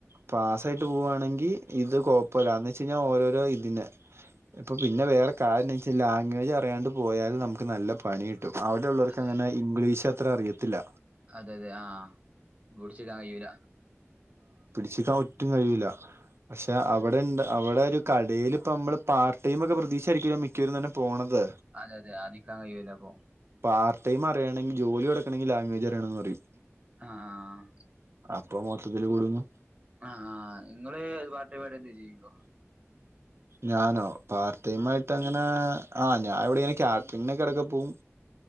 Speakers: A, on the right; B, on the right.
A: പാസ് ആയിട്ട് പോവുകവാണെങ്കിൽ ഇത് കൊഴപ്പമില്ല എന്ന് വെച്ച് കഴിഞ്ഞ ഓരോരോ ഇതിന് ഇപ്പൊ പിന്നെ വേറെ കാര്യം എന്ത്വെച്ചാൽ ലാംഗ്വേജ് അറിയാണ്ട് പോയാൽ നമുക്ക് നല്ല പണി കി ട്ടും അവിടെ ഉള്ളവർക്ക്
B: അതെ
A: അങ്ങനെ ഇംഗ്ലീഷ് അത്ര അറിയത്തില്ല
B: അതെ അതെ ആഹ് പുടിച്ച് നിക്കാൻ കഴിയൂല
A: ച്ചു നിക്കാൻ
B: ഉം.
A: ഒട്ടും കൈ യൂല പക്ഷെ
B: അതെ
A: അവിടെ
B: അതെ
A: അവിടെ ഒരു കടല് ഇപ്പോ നമ്മള് പാർട്ട് ടൈം ഒക്കെ പ്രതീക്ഷ ആയിരിക്കല്ലോ മിക്കവരും തന്നെ പോണത്
B: അതെ അതെ അവിടെ നിക്കാൻ കൈയുല അപ്പൊ
A: പാർട്ട് ടൈം അറിയാണങ്കിൽ ജോലി കൊടുക്കണങ്കിൽ ലാംഗ്വേജ് അറിയണംന്ന് പറയും
B: ആഹ് ആഹ്
A: അപ്പൊ മൊത്തത്തിലൽ കുടുങും
B: ആഹ് ആഹ് നിങ്ങള് പാർട്ട് ടൈം ആയിട്ട് എന്താക്കിലും ചെയ്യുണ്ടോ
A: ഞാനോ പാർട്ട്‌ ടൈം
B: ആ
A: ആയി ട്ട് അങ്ങനെ ആഹ് ഞാൻ എവിടെ ഇങ്ങനെ കാറ്ററിങ്ങിനെക്കെ ഇടക്ക് ക്കെ പോവും